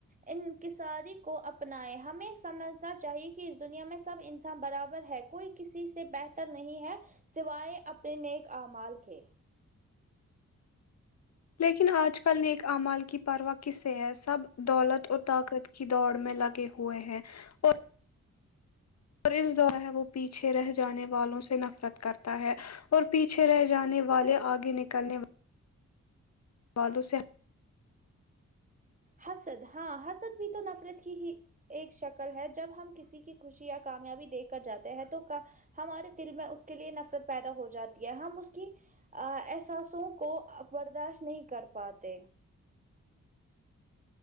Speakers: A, on the right (about 25°); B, on the left (about 60°).
A: انکساری کو اپنائے ہمیں سمجھنا چاہیے کہ اس دنیا میں سب انسان برابر ہے کوئی کسی سے بہتر نہیں ہے سوائے اپنے نیک اعمال کے
B: لیکن آج کل نیک اعمال کی پرواہ کسے ہے سب دولت اور طاقت کی دوڑ میں لگے ہوئے ہیں اور اور اس دور ہے وہ پیچھے رہ جانے والوں سے نفرت کرتا ہے اور پیچھے رہ جانے والے آگے نکلنے وا والوں سے
A: حسد ہاں حسد بھی تو نفرت کی ہی ایک شکل ہے جب ہم کسی کی خوشی یا کامیابی دے کر جاتے ہیں تو ہمارے دل میں اس کے لیے نفرت پیدا ہو جاتی ہے ہم اس کی احساسوں کو برداشت نہیں کر پاتے